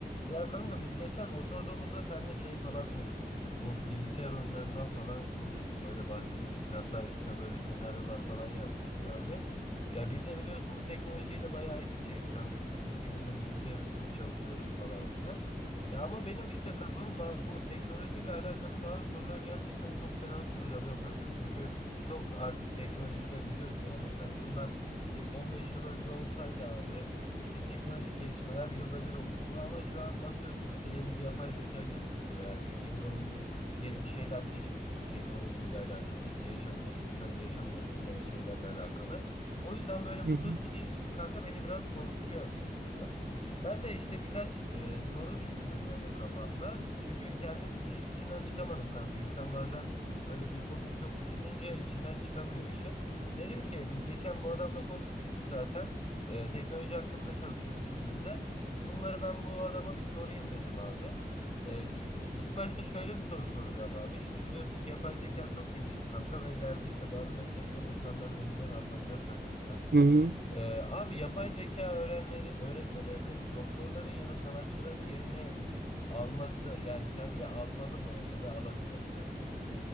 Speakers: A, on the left; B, on the right.
A: Ya kanka biz geçen oturduğumuzda seninle şey falan konuşmuştuk. Bu bilgisayar oyunlarından falan konuşup böyle bahsetmiştik. Hatta üstüne böyle senaryolar falan yazmıştık abi. Ya biz de biliyorsun bu teknolojiyle bayağı iç içeyiz kanka. Çünkü ikimiz de bilgisayar üstüne çalışıyoruz falan filan. Ya ama benim işte kafam ba- bu teknolojiyle alakalı bazı sorular gerçekten çok fena kurcalıyor kanka. Çünkü çok artık teknolojide biliyorsun ya mesela şundan bir 15 yıl önce olsaydı abi işte teknolojik gelişmeler yılda bir oluyordu ama şu an bakıyorsun işte yeni bir yapay zeka geliştiriliyor her gün. Yeni böyle bir yeni bir şeyler keşfediliyor teknolojiyle alakalı işte yaşamını insanın yaşamını etkileyen şeylerle alakalı. O yüzden böyle
B: Hı
A: bu
B: hı.
A: hızlı gelişim kanka beni biraz korkutuyor açıkçası. Ben de işte birkaç e, soru düşündüm böyle kafamda. Çünkü kendim işin içinden çıkamadım kanka. İnsan bazen böyle bir konuyu çok düşününce içinden çıkamıyor işin. Dedim ki biz geçen bu adamla konuşmuştuk zaten. Ee, teknoloji hakkında çalışıyoruz ikimiz de. Bunları ben bu adama bir sorayım dedim abi. Ee, ilk, ilk başta şöyle bir soru soracağım abi. Şimdi biliyorsun ki yapay zeka çok gelişti kanka ve ileride işte bazı meslekler insanların elinden alınacağı söyleniyor.
B: Hı hı.
A: Ee, abi yapay zeka öğrenme, öğretmelerinin doktorların ya da sanatçıların yerini alması yani sence almalı mı ya da alabilir mi?